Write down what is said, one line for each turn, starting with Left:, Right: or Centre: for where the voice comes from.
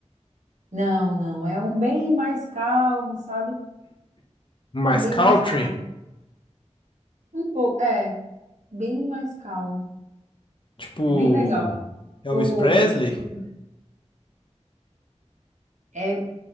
Right: Não, não, é um bem mais calmo, sabe?
Left: Mais
Right: Um bem
Left: country?
Right: mais calmo. Um pouco, é, bem mais calmo.
Left: Tipo,
Right: É bem legal.
Left: Elvis
Right: O,
Left: Presley?
Right: deixa eu ver. é,